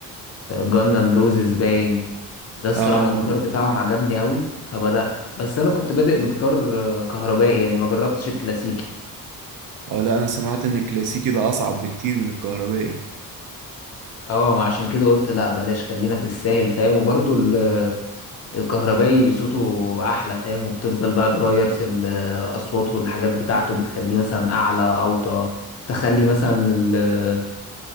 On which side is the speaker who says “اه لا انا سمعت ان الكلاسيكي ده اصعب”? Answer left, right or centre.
Right